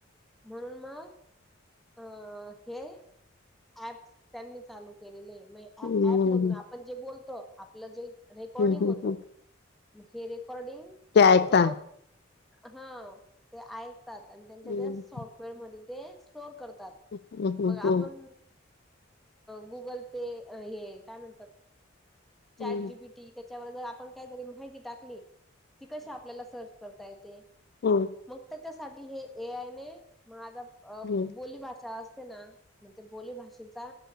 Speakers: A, in the centre; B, on the left (about 55°).
A: म्हणून मग अ हे ऍप त्यांनी चालू केलेली आहे म
B: हम्म
A: ऍप मधून आपण जे बोलतो आपल्याला जे रेकॉर्डिंग
B: हम्म हम्म
A: होत
B: हम्म.
A: मग हे रेकॉर्डिंग
B: ते ऐकता
A: तो हा ते ऐकतात आणि त्यांच्या
B: हम्म
A: त्या सॉफ्टवेअरमध्ये ते ते का करतात.
B: हम्म
A: मग आपण
B: हम्म
A: गुगल पे हे काय म्हणतात चाट
B: हम्म
A: जीपी टी त्याच्यावर जर आपण काहीतरी माहिती टाकली ती कशी आपल्याला सर्च करता येते.
B: हम्म!
A: मग त्याच्यासाठी हे एआय ने मग आता
B: हम्म
A: बोली भाषा असते ना. मग ते बोली भााषेचा